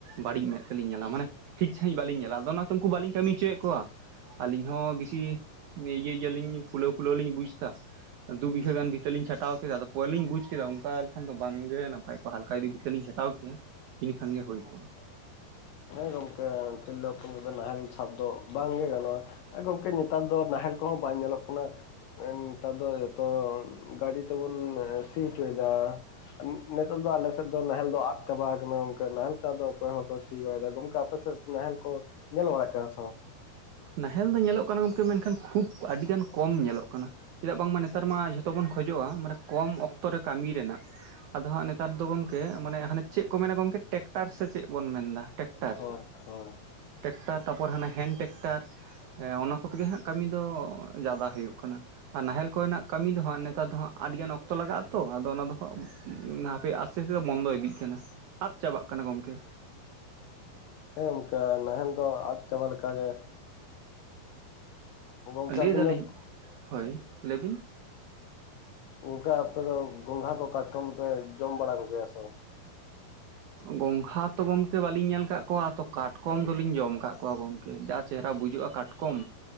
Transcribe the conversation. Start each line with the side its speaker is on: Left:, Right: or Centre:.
Right: ᱵᱟᱹᱲᱤᱡ ᱢᱮᱫ ᱛᱮᱞᱤᱧ ᱧᱮᱞᱟ ᱢᱟᱱᱮ ᱴᱷᱤᱠ ᱥᱟᱺᱦᱤᱡ ᱵᱟᱹᱞᱤᱧ ᱧᱮᱞᱟ ᱟᱫᱚ ᱚᱱᱟᱛᱮ ᱩᱱᱠᱩ ᱵᱟᱹᱞᱤᱧ ᱠᱟᱹᱢᱤ ᱦᱚᱪᱚᱭᱮᱫ ᱠᱚᱣᱟ ᱟᱹᱞᱤᱧ ᱦᱚᱸ ᱵᱮᱥᱤ ᱤᱭᱟᱹ ᱜᱮᱭᱟᱞᱤᱧ ᱯᱷᱩᱞᱟᱹᱣ ᱯᱷᱩᱞᱟᱹᱣ ᱞᱤᱧ ᱵᱩᱡᱽ ᱮᱫᱟ ᱫᱩ ᱵᱤᱜᱷᱟᱹ ᱜᱟᱱ ᱵᱷᱤᱛᱟᱹ ᱞᱤᱧ ᱪᱷᱟᱴᱟᱣ ᱠᱮᱫᱟ ᱟᱫᱚ ᱯᱚᱨᱮ ᱞᱤᱧ ᱵᱩᱡ ᱠᱮᱫᱟ ᱚᱱᱠᱟ ᱞᱮᱠᱷᱟᱱ ᱫᱚ ᱵᱟᱝᱜᱮ ᱱᱟᱯᱟᱭ ᱠᱚ ᱦᱟᱞᱠᱟ ᱡᱩᱫᱤ ᱵᱷᱤᱛᱟᱹ ᱞᱤᱧ ᱪᱷᱟᱴᱟᱣ ᱠᱮᱭᱟ ᱤᱱᱟᱹᱠᱷᱟᱱ ᱜᱮ ᱦᱩᱭ ᱠᱚᱜᱼᱟ
Left: ᱦᱮᱸ ᱜᱚᱝᱠᱮ ᱛᱤᱨᱞᱟᱹ ᱦᱚᱯᱚᱱ ᱠᱚᱫᱚ ᱱᱟᱦᱮᱞ ᱥᱟᱵ ᱫᱚ ᱵᱟᱝᱜᱮ ᱜᱟᱱᱚᱜᱼᱟ ᱜᱚᱢᱠᱮ ᱱᱮᱛᱟᱨ ᱫᱚ ᱱᱟᱦᱮᱞ ᱠᱚᱦᱚᱸ ᱵᱟᱝ ᱧᱮᱞᱚᱜ ᱠᱟᱱᱟ ᱱᱮᱛᱟᱨ ᱫᱚ ᱡᱚᱛᱚ ᱜᱟᱹᱰᱤ ᱛᱮᱵᱚᱱ ᱥᱤ ᱦᱚᱪᱚᱭᱮᱫᱟ ᱱᱮᱛᱚᱜ ᱫᱚ ᱟᱞᱮ ᱥᱮᱫ ᱫᱚ ᱱᱟᱦᱮᱞ ᱫᱚ ᱟᱫ ᱪᱟᱵᱟ ᱠᱟᱱᱟ ᱱᱟᱦᱮᱞ ᱛᱮ ᱟᱫᱚ ᱚᱠᱚᱭ ᱦᱚᱸ ᱵᱟᱠᱚ ᱥᱤ ᱵᱟᱲᱟᱭᱮᱫᱟ ᱜᱚᱢᱠᱮ ᱟᱯᱮ ᱥᱮᱫ ᱱᱟᱦᱮᱞ ᱠᱚ ᱧᱮᱞ ᱵᱟᱲᱟᱜ ᱠᱟᱱᱟ ᱥᱮ ᱵᱟᱝ
Right: ᱱᱟᱦᱮᱞ ᱫᱚ ᱧᱮᱞᱚᱜ ᱠᱟᱱᱟ ᱜᱚᱢᱠᱮ ᱢᱮᱱᱠᱷᱟᱱ ᱠᱷᱩᱵ ᱟᱹᱰᱤ ᱜᱟᱱ ᱠᱚᱢ ᱧᱮᱞᱚᱜ ᱠᱟᱱᱟ ᱪᱮᱫᱟᱜ ᱵᱟᱝᱢᱟ ᱱᱮᱛᱟᱨ ᱢᱟ ᱡᱷᱚᱛᱚ ᱵᱚᱱ ᱠᱷᱚᱡᱚᱜᱼᱟ ᱢᱟᱱᱮ ᱠᱚᱢ ᱚᱠᱛᱚ ᱨᱮ ᱠᱟᱹᱢᱤ ᱨᱮᱱᱟᱜ ᱟᱫᱚ ᱦᱟᱸᱜ ᱱᱮᱛᱟᱨ ᱫᱚ ᱜᱚᱝᱠᱮ ᱢᱟᱱᱮ ᱦᱟᱱᱮ ᱪᱮᱫ ᱠᱚ ᱢᱮᱱᱟ ᱜᱚᱢᱠᱮ ᱴᱮᱠᱴᱟᱨ ᱥᱮ ᱪᱮᱫ ᱵᱚᱱ ᱢᱮᱱᱫᱟ ᱴᱮᱠᱴᱟᱨ
Left: ᱦᱳᱭ ᱦᱳᱭ
Right: ᱴᱮᱠᱴᱟᱨ ᱛᱟᱨᱯᱚᱨ ᱦᱟᱱᱮ ᱦᱮᱱ ᱴᱮᱠᱴᱟᱨ ᱚᱱᱟ ᱠᱚᱛᱮᱜᱮ ᱦᱟᱸᱜ ᱠᱟᱹᱢᱤ ᱫᱚ ᱡᱟᱫᱟ ᱦᱩᱭᱩᱜ ᱠᱟᱱᱟ ᱟᱨ ᱱᱟᱦᱮᱞ ᱠᱚᱨᱮᱱᱟᱜ ᱠᱟᱹᱢᱤ ᱫᱚ ᱦᱟᱸᱜ ᱱᱮᱛᱟᱨ ᱫᱚ ᱦᱟᱸᱜ ᱟᱹᱰᱤᱜᱟᱱ ᱚᱠᱛᱚ ᱞᱟᱜᱟᱼᱟᱛᱚ ᱟᱫᱚ ᱚᱱᱟ ᱫᱚ ᱦᱚᱸᱜ ᱦᱟᱯᱮ ᱟᱥ ᱟᱥᱛᱮ ᱛᱮᱫᱤᱚ ᱵᱚᱱᱫᱚ ᱤᱫᱤᱜ ᱠᱟᱱᱟ ᱟᱫ ᱪᱟᱵᱟᱜ ᱠᱟᱱᱟ ᱜᱚᱢᱠᱮ
Left: ᱦᱮᱸ ᱜᱚᱢᱠᱮ ᱱᱟᱦᱮᱞ ᱫᱚ ᱟᱫ ᱪᱟᱵᱟ ᱞᱮᱠᱟ ᱜᱮ ᱜᱚᱝᱠᱮ
Right: ᱞᱟᱹᱭᱫᱟᱞᱤᱧ
Left: ᱟᱵᱤᱱ ᱫᱚ
Right: ᱦᱳᱭ ᱞᱟᱹᱭ ᱵᱤᱱ
Left: ᱚᱱᱠᱟ ᱟᱯᱮ ᱫᱚ ᱜᱚᱝᱜᱷᱟ ᱠᱚ ᱠᱟᱴᱠᱚᱢ ᱠᱚ ᱯᱮ ᱡᱚᱢ ᱵᱟᱲᱟ ᱠᱚᱜᱮᱭᱟ ᱥᱮ ᱵᱟᱝ
Right: ᱜᱚᱝᱜᱷᱟ ᱛᱚ ᱜᱚᱝᱠᱮ ᱵᱟᱞᱤᱧ ᱧᱮᱞ ᱟᱠᱟᱫ ᱠᱚᱣᱟ ᱛᱚ ᱠᱟᱴᱠᱚᱢ ᱫᱚᱞᱤᱧ ᱡᱚᱢ ᱠᱟᱜ ᱠᱚᱣᱟ ᱜᱚᱢᱠᱮ ᱪᱮᱦᱨᱟ ᱵᱩᱡᱩᱜᱼᱟ ᱠᱟᱴᱠᱚᱢ